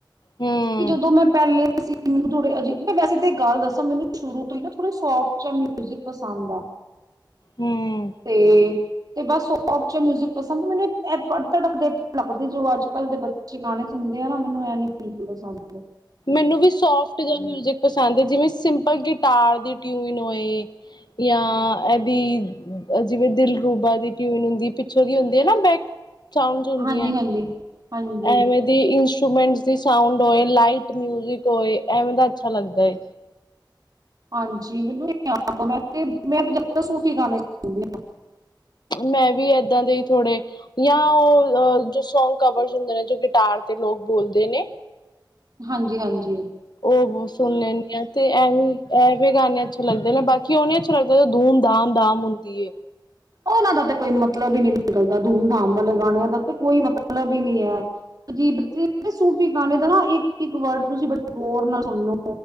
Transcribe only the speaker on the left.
ਹਮ
ਹਮ
ਮੈਨੂੰ ਵੀ ਸੋਫਟ ਜ ਮਿਊਜਿਕ ਪਸੰਦ ਹੈ, ਜਿਵੇਂ ਸਿੰਪਲ ਗ ਹਿਟਾਰ ਦੀ ਟਿਊਨ ਹੋਏ ਜਾਂ ਇਹਦੀ ਜਿਵੇਂ ਦਿਲ ਰੂਬਾ ਦੀ ਟਿਊਨ ਹੁੰਦੀ ਪਿੱਛੋਂ ਦੀ ਹੁੰਦੀ ਹੈ ਨਾ ਬੈਕ ਸਾਊਂਡ ਹੁੰਦੀਆਂ
ਐਵੇਂ ਦੀ ਇਂਸ ਇੰਸਟਰੂਮੈਂਟ ਦੀ ਸਾਊਂਡ ਹੋਏ ਲਾਈਟ ਮਿਊਜਿਕ ਹੋਏ ਐਵੇਂ ਦਾ ਅੱਛਾ ਲੱਗਦਾ ਹੈ।
ਮੈਂ ਵੀ ਏਦਾਂ ਦੇ ਥੋੜੇ ਜਾਂ ਉਹ ਜੋ ਸੌਗ ਕਵਰ ਹੁੰਦੇ ਨੇ ਜੋ ਗਿਟਾਰ ਤੇ ਲੋਕ ਬੋਲਦੇ ਨੇ।
ਉਹ ਸੁਣ ਲੈਂਣੀ ਆ ਤੇ ਐਵੇਂ-ਐਵੇਂ ਗਾਣੇਿਆਂ ਅੱਛਾ ਲੱਗਦੇ ਨੇ ਬਾਕੀ ਉਹ ਨੀ ਅੱਛੇ ਲਗਦੇ ਜੋ ਧੂਮ- ਧਾਮ- ਧਾਮ ਹੁੰਦੀ ਹੈ।